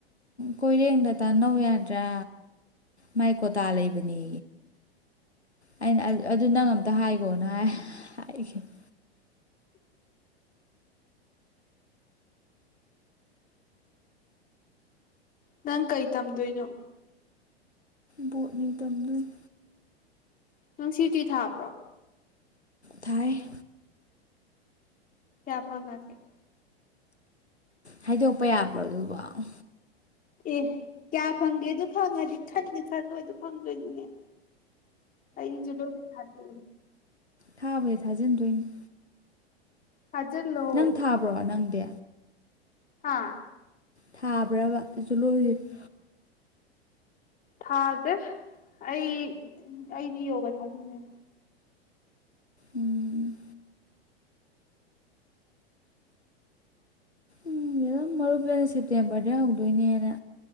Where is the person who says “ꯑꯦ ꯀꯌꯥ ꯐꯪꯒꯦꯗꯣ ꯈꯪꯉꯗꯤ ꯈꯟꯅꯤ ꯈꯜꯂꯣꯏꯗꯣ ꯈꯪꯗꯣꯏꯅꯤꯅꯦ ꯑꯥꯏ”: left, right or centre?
Left